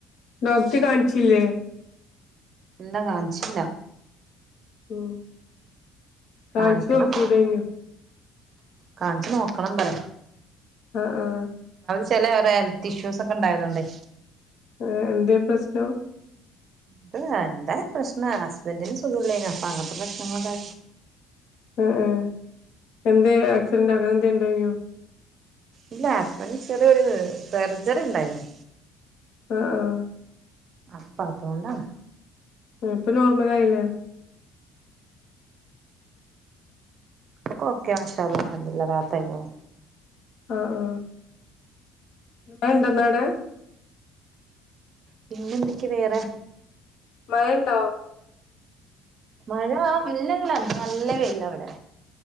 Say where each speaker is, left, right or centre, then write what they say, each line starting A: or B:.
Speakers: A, on the left (about 60°); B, on the right (about 40°).
A: ഡോക്ടറെ കാണിച്ചില്ലേ
B: ഇല്ലാ കാണിച്ചില്ല
A: ഉം കാണിച്ചു
B: കാണിക്കണം
A: നോക്കികൂടാനോ
B: കാണിച്ചു നോക്കണം പറ
A: ആ ആ
B: ചെല വേറെ ഹെൽത്ത് ഇഷ്യൂസ് ഒക്കെ ഉണ്ടായതോണ്ടെ
A: ആ എന്താ പ്രശ്നം
B: അത് എന്താ പ്രശ്നം ഹസ്ബൻറിന് സുഖമില്ലായിനു അപ്പൊ അങ്ങനത്തെ പ്രശ്നങ്ങളൊക്കെ
A: ആ ആ എന്തേ ആക്സിഡന്റ് അങ്ങനെ എന്തേ ഉണ്ടയിയോ
B: ഇല്ല ഹസ്ബന്റിന് ചെറിയൊരു സർജറി ഉണ്ടായിരുന്നു
A: ആ ആ
B: അപ്പ അതുകൊണ്ടാണ്
A: ഏ, ഇപ്പൊ നോർമൽ ആയില്ലേ
B: ഇപ്പൊ ഒക്കെ ഒക്കെയാണ് മാഷള്ള <unintelligible>
A: ആ ആ മഴ ഉണ്ടെന്നവിടെ
B: പിന്നെ എന്തൊക്കെയാ വേറെ
A: മയയുണ്ടോ
B: മഴ ഇല്ലങ്ങനെ നല്ല വെയിലാ ഇവിടെ